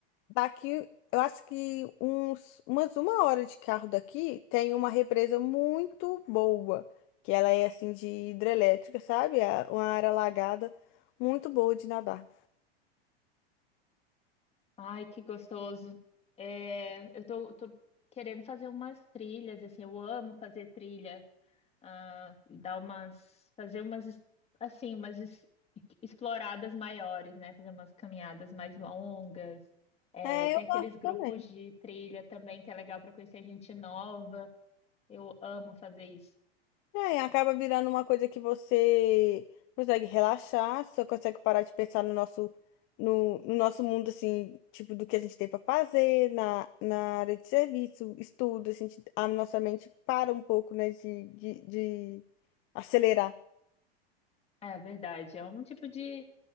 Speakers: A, on the left (about 40°); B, on the left (about 20°).
A: Daqui, eu acho que uns, umas uma hora de carro daqui tem uma represa muito boa, que ela é assim de hidrelétrica, sabe? É uma área alagada muito boa de nadar.
B: Ai, que gostoso. É, eu tô, tô querendo fazer umas trilhas, assim, eu amo fazer trilha, ah, dar umas, fazer umas, es- assim, umas es- exploradas maiores, né? Fazer umas caminhadas mais longas. É,
A: É,
B: tem
A: eu
B: aqueles
A: gosto
B: grupos
A: também.
B: de trilha também que é legal para conhecer gente nova. Eu amo fazer isso.
A: É, acaba virando uma coisa que você consegue relaxar, só consegue parar de pensar no nosso, no, no nosso mundo, assim, tipo, do que a gente tem para fazer, na, na área de serviço, estudo, a gente, a nossa mente para um pouco, né, de, de de acelerar.
B: É verdade, é um tipo de